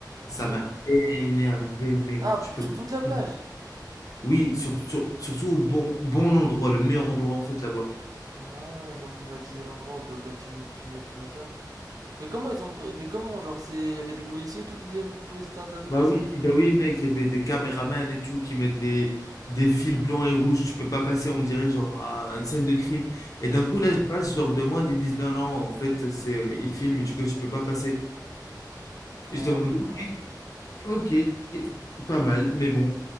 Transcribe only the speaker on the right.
<laughs>
Ah,
sur toute la plage.
Ah, ils ont privatisé l'endroit. Bah, bah, tu me, tu me, tu m'étonnes. Mais comment ils ont, pri- mais comment, genre, c'est, il y avait des policiers et tout qui disaient que vous pouvez, c'était interdit
de descendre.
Oh
là
là.